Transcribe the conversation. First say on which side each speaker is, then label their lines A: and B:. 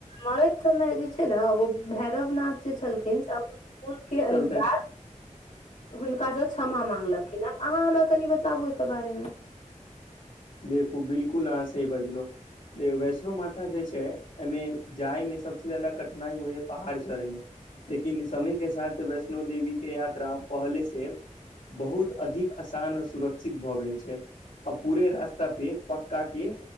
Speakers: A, on the left; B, on the left.
A: मरैत समय जे छै ने ओ भैरवनाथ। से छलखिन अपन कुल के
B: चलते
A: अनुसार। हुनकासँ क्षमा माँगलखिन, आब अहाँ हमरा कनि बताबू एकर बारेमें।
B: देखू बिल्कुल अहाँ सही बजलहुँ। वैष्णो माता जे छै एहिमें जाइ में सबसे जादा कठिनाई होइयै पहाड़ चढ़े में। लेकिन समय के साथ वैष्णो देवी के यात्रा पहले से। बहुत अधिक असान आ सुरक्षित भऽ गेल छै। आ पूरे रास्ता पे पक्का के।